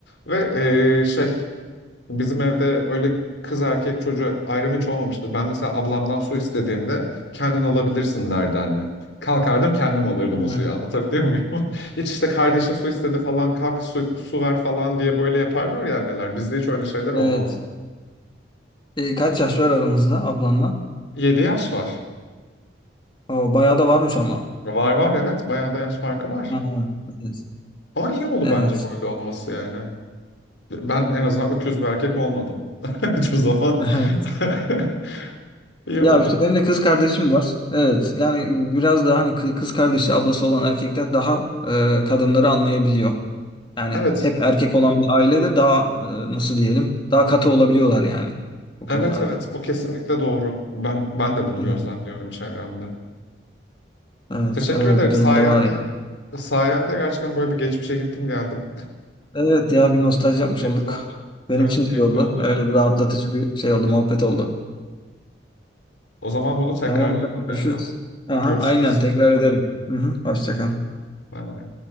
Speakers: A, on the left; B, on the left.
A: Ve e, şey Bizim evde öyle kız erkek çocuğu ayrımı hiç olmamıştır. Ben mesela ablamdan su istediğimde kendin alabilirsin derdi anne. Kalkardım kendim alırdım
B: hı.
A: o suyu. Anlatabiliyor muyum? <laughs> Hiç işte kardeşin su istedi falan kalk su, su ver falan diye böyle yaparlar ya anneler. Bizde hiç öyle şeyler olmazdı.
B: Evet. E, kaç yaş var aranızda ablanla?
A: 7 yaş var.
B: Oo, bayağı da varmış ama.
A: Var var evet bayağı da yaş farkı var.
B: Hı, hı. Evet.
A: Ama iyi oldu
B: Evet.
A: bence böyle olması yani. Ben en azından öküz bir erkek olmadım. <laughs> Hiçbir zaman.
B: <laughs>
A: <laughs> İyi
B: Ya
A: oldu.
B: işte benim de kız kardeşim var. Evet. Yani biraz daha hani kı- kız kardeşi ablası olan erkekler daha e, kadınları anlayabiliyor. Yani
A: Evet.
B: hep erkek olan bir ailede daha e, nasıl diyelim daha katı olabiliyorlar yani bu
A: Evet
B: konularda.
A: evet bu kesinlikle doğru. Ben ben de bunu
B: Hı.
A: gözlemliyorum çevremde.
B: Evet
A: Teşekkür
B: öyle
A: ederim.
B: bir durumda
A: Sayende
B: var yani.
A: sayende gerçekten böyle bir geçmişe gittim geldim.
B: Evet ya bir nostalji yapmış
A: Keyifli
B: olduk.
A: oldu.
B: Benim
A: Evet
B: için
A: keyifli
B: de iyi oldu.
A: oldu.
B: Öyle bir rahatlatıcı bir şey oldu muhabbet oldu.
A: O zaman bunu tekrarlayalım
B: Tamam
A: bir
B: görüşürüz.
A: ara.
B: Aha,
A: Görüşürüz.
B: aynen tekrar edelim. Hı hı, hoşça kal.
A: Bay bay.